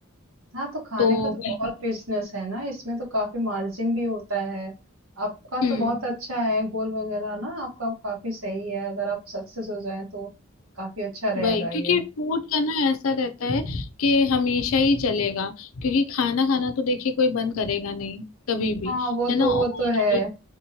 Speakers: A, on the right (about 80°); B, on the left (about 80°).
A: हाँ तो खाने
B: तो
A: का तो
B: वही
A: बहुत बिजनेस है ना इसमें तो काफी मार्जिन भी होता है आपका
B: हम्म
A: तो बहुत अच्छा है गोल वगैरह ना आपका काफी सही है अगर आप सक्सेस हो जाएं तो काफी अच्छा रहेगा
B: वही क्योंकि
A: ये
B: फूड का ना ऐसा रहता है कि हमेशा ही चलेगा क्योंकि खाना खाना तो देखिए कोई बंद करेगा नहीं कभी भी
A: हाँ वो
B: है ना
A: तो वो
B: और
A: तो है